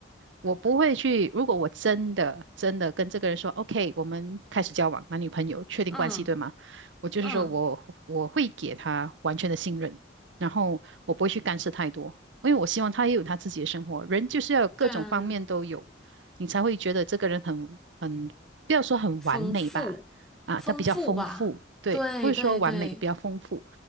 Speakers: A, on the right; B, in the centre.
A: 我不会去，如果我真的真的跟这个人说 “OK，我们开始交往，男女朋友，确定关系，
B: 嗯
A: 对吗？”我就是说我我会给他完全的信任，
B: 嗯，
A: 然后我不会去干涉太多。因为我希望他也有他自己的生活。人就是要有各种方面都有，
B: 对啊，
A: 你才会觉得这个人很很，不要说很完美吧，
B: 丰富丰富吧，
A: 啊，他比较丰富，对，
B: 对对对，
A: 不是说完美，比较丰富。